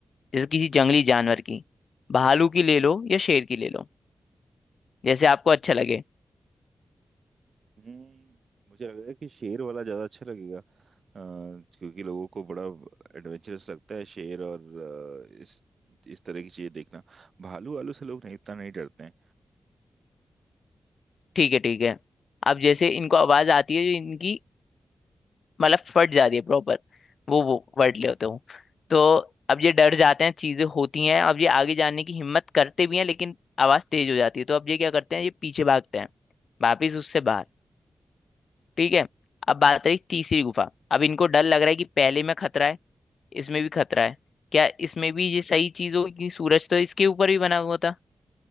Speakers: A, on the left (about 65°); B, on the right (about 55°).
A: जैसे किसी जंगली जानवर की भालू की ले लो या शेर की ले लो जैसे आपको अच्छा लगे
B: हम्म, मुझे लग रहा है कि शेर वाला ज्यादा अच्छा लगेगा अ, क्योंकि लोगों को बड़ा एडवेंचरस लगता है शेर और अ, इस इस तरह की चीजें देखना भालू वालू से लोग नहीं इतना नहीं डरते हैं
A: ठीक है ठीक है अब जैसे इनको आवाज आती है जो इनकी मतलब फट जाती है प्रॉपर वो वो वर्ड लेते हो तो अब ये डर जाते हैं चीजें होती हैं अब ये आगे जाने की हिम्मत करते भी हैं लेकिन आवाज तेज हो जाती है तो अब ये क्या करते हैं ये पीछे भागते हैं वापिस उससे बाहर ठीक है अब बात
B: हम्म।
A: रही तीसरी गुफा अब इनको डर लग रहा है कि पहले में खतरा है इसमें भी खतरा है क्या इसमें भी ये सही चीज होगी कि सूरज तो इसके ऊपर भी बना हुआ था